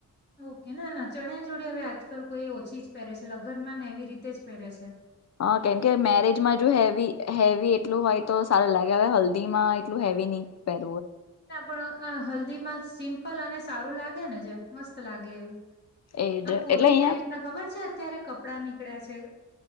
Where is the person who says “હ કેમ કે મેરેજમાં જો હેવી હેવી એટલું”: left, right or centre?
Left